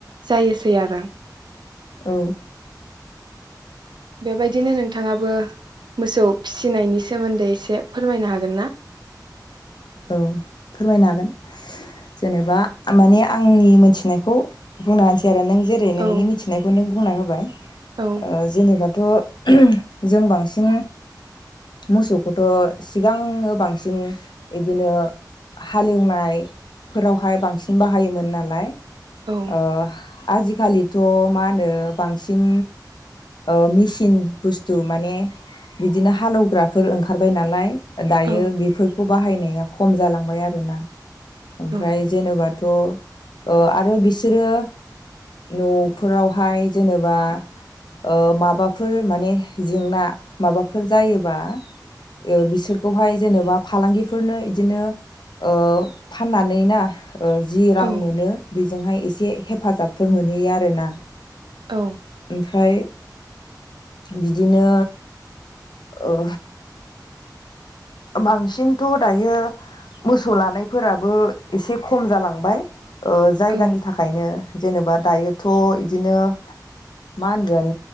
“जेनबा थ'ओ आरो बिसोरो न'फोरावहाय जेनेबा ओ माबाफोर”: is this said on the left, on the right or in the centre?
Left